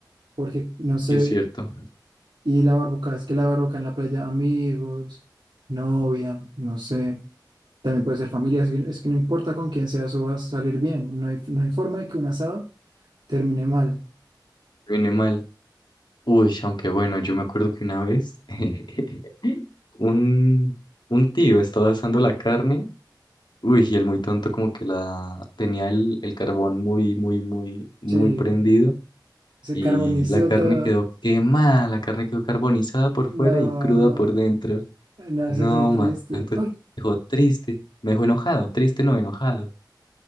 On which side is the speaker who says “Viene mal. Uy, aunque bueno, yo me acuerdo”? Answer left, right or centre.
Left